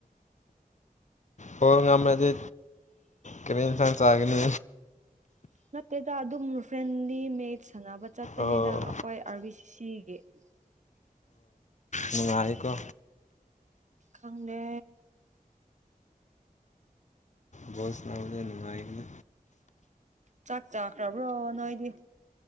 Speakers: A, on the left (about 50°); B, on the right (about 50°).
A: ꯍ ꯉ ꯃꯃꯦꯗꯤ ꯀꯔꯤ ꯑꯦꯟꯁꯡ ꯁꯥꯒꯅꯤ
B: ꯅꯠꯇꯦꯗ ꯑꯗꯨꯝ ꯐ꯭ꯔꯦꯟꯂꯤ ꯃꯦꯠ ꯁꯥꯟꯅꯕ ꯆꯠꯄꯅꯦꯗ
A: ꯑꯣ
B: ꯑꯩꯈꯣꯏ ꯑꯥꯔ ꯕꯤ ꯁꯤ ꯁꯤ ꯑꯦ <unintelligible> <inaudible>
A: ꯅꯨꯡꯉ ꯑꯩꯀꯣ
B: ꯈꯪꯗꯦ
A: ꯁ ꯁꯅꯥꯎ ꯅꯨꯡꯃꯥꯏꯀꯗ
B: ꯆꯥꯛ ꯆꯈ꯭ꯔꯕ꯭ꯔꯣ ꯅꯥꯏꯗꯤ